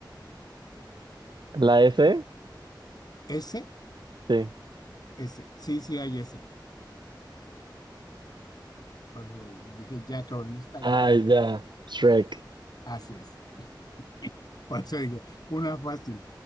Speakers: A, on the right; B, on the left.
A: La S,
B: S,
A: sí.
B: S. Sí, sí hay S. Por eso dije, ya con esta ya
A: Ay,
B: lo
A: ya, Shrek.
B: haces. <laughs> Por eso dije, una fácil.